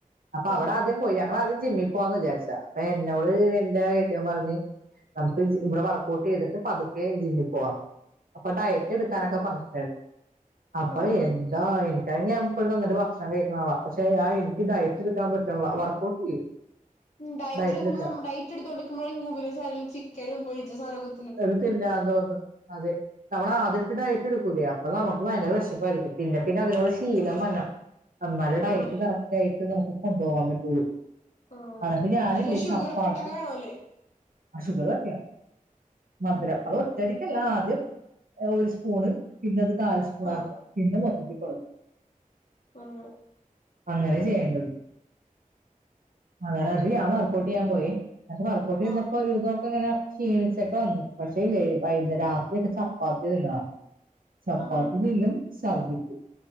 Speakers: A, on the right; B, on the left.
A: അപ്പൊ അവിടാദ്യം
B: ആഹ്
A: പോയി ഞങ്ങളാദ്യം ജിമ്മി പോവാന്ന് വിചാരിച്ചു അപ്പൊ എന്നോട് എന്റെ കെട്ട്യോൻ പറഞ്ഞു നമുക്ക് ഇവിടെ വർക്ക്ഔട്ട് ചെയ്തിട്ട് പതുക്കെ ജിമ്മി പോവാന്നെ അപ്പൊ ഡയറ്റ് എടുക്കാനൊക്കെ
B: ഉം
A: ഫംഗഷൻ അപ്പ
B: ആഹ്
A: എന്താ എ കഴിഞ്ഞു വന്നിട്ട് എപ്പഴും ഭക്ഷണം കഴിക്കുന്നാളാ പക്ഷെ ആ എനിക്ക് ഡയറ്ററ്റ് എടുക്കാൻ പറ്റില്ല വർക്ക്ഔട്ട് ചെയ്യും
B: ഉ ഡയറ്റിലു
A: ഡയറ്റ് എടുക്കാൻ
B: നമ്മളെ ഡയറ്റെടുത്തു കൊടുക്കുമ്പഴും <unintelligible> ചിക്കനും പൊരിച്ച സാധനൊക്കെ
A: എടുത്തില്ല അതോന്നും അതെ നമ്മളാദ്യാട്ടെ ഡയറ്റ് എടുക്കുവലേ അപ്പൊ നമുക്ക് ഭയങ്കര വെ ശപ്പായിരിക്കും പിന്നെ പിന്നെ അതിനോട് ശീലം വന്ന് എന്നാലെ ഡയറ്റ്
B: ആണല്ലേ
A: കറക്റ്റ് ആയിട്ട് നമുക്ക് കൊണ്ടുപോകാൻ പറ്റുള്ളൂ
B: ആഹ്
A: അതോണ്ടെ ഞാനില്ലേ
B: പിന്നെ ഷുഗർ
A: ചപ്പാത്തി
B: കട്ടൊക്കെ വേണോല്ലേ
A: ആരല്ലേ ആ ഷുഗറൊ ക്കെയാ മധുരം
B: ഉം
A: അതൊറ്റടിക്കല്ല ആദ്യം ഒരു സ്പൂണെ പിന്നത് താഴസ് പുണ
B: ആഹ്
A: പിന്ന മദ്തിപ്പെ <unintelligible>
B: ഉം
A: അങ്ങനയ ചെയ്യേണ്ടത് അങ്ങനെ ഞാൻ വർക്ഔട്ട് ചെയ്യാൻ പോയി എന്ന വർക്കഔട്ട്‌ ചെയ്തപ്പോ
B: ആഹ്
A: ഒരു ഇതോക്കെ ഇങ്ങനെ ക്ഷീണിച്ച് ചെക്ക വന്നു പക്ഷേ ഇല്ലേ വൈകുന്നേര രാത്രി ഒക്കെ ചപ്പാത്തി തിന്നണം ചപ്പാത്തി
B: ആഹ്
A: തിന്നും സർധിക്കും